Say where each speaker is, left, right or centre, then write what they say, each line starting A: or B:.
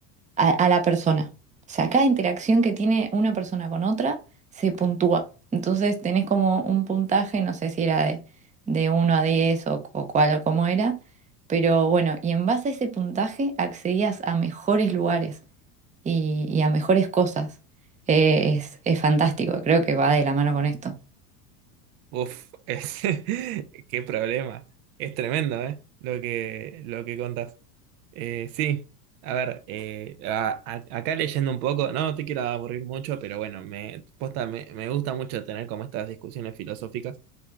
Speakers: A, on the right (about 15°); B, on the right (about 60°).
A: a, a la persona. O sea, cada interacción que tiene una persona con otra se puntúa. Entonces tenés como un puntaje, no sé si era de, de uno a 10 o, o cuál o cómo era, pero bueno, y en base a ese puntaje accedías a mejores lugares y, y a mejores cosas. Eh, es, es fantástico, creo que va de la mano con esto.
B: Uf, <laughs> es- qué problema. Es tremendo, ¿eh? Lo que, lo que contás. Eh, sí, a ver, eh, a- a- acá leyendo un poco, no no te quiero aburrir mucho, pero bueno, me, posta, me, me gusta mucho tener como estas discusiones filosóficas.